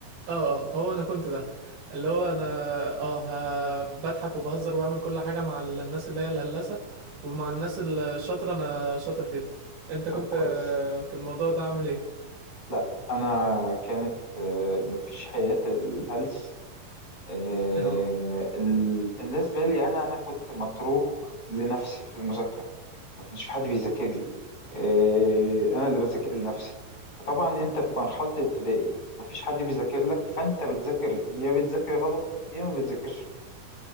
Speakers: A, on the right; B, on the left.
A: اه آه، هو انا كنت ده اللي هو انا اه ه- بضحك وبهزر وبعمل كل حاجة مع ال- الناس اللي هي الهلاسة ومع الناس الشاطرة انا شاطر جدا انت كنت
B: طب كويس
A: آه، في الموضوع ده عامل ايه
B: لا أنا كانت آه، مفيش حياة الهلس آه،
A: اه
B: ال- بالنسبة لي أنا أنا كنت متروك لنفسي في المذاكرة ما كانش في حد بيذاكر لي آه، أنا اللي بذاكر لنفسي وطبعا أنت في مرحلة الابتدائي ما فيش حد بيذاكر لك فأنت بتذاكر يا بتذاكر غلط يا ما بتذاكرش خالص